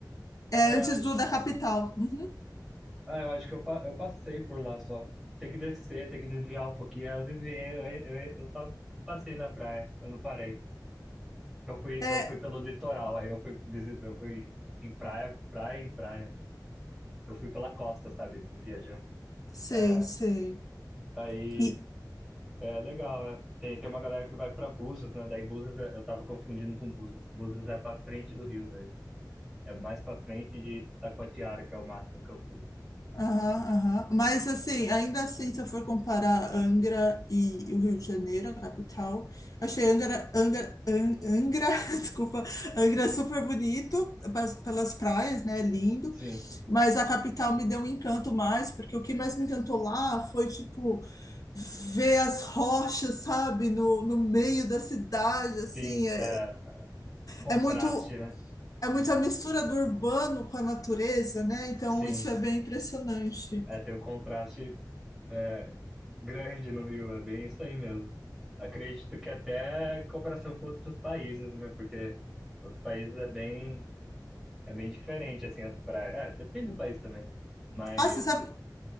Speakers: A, on the left (about 55°); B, in the centre.
A: É
B: É,
A: antes
B: acho,
A: do da capital. Uhum.
B: ah, eu acho que eu, pa- eu passei por lá só. Tem que descer, tem que desviar um pouquinho. Aí eu desviei, eu, eu, eu só passei na praia, eu não parei. Eu fui,
A: É,
B: eu fui pelo litoral, aí eu fui, visi- eu fui em praia, praia em praia. Eu fui pela costa, sabe? Viajando.
A: sei,
B: É,
A: sei.
B: aí.
A: E
B: É legal, é. Tem, tem uma galera que vai pra Búzios, né? Daí Búzios, é- eu tava confundindo com Búzios. Búzios é pra frente do Rio, daí. É mais pra frente de Taquatiara, que é o máximo que eu fui.
A: Aham, aham. Mas assim, ainda assim, se eu for comparar Angra e o Rio de Janeiro, a capital, achei Angra, Angra, An- Angra, <laughs> desculpa, Angra super bonito, pas- pelas praias, né, lindo,
B: Sim,
A: mas a capital me deu um encanto mais, porque o que mais me encantou lá foi, tipo, ver as rochas, sabe, no, no meio da cidade, assim,
B: sim,
A: é,
B: é, contraste,
A: é muito...
B: né?
A: É muito a mistura do urbano com a natureza, né? Então,
B: Sim,
A: isso é bem impressionante.
B: é, tem um contraste é, grande no Rio, é bem isso aí mesmo. Acredito que até em comparação com outros países, né? Porque outros países é bem, é bem diferente, assim, as praias. É, depende do país também. Mas,
A: Ah, você sabe,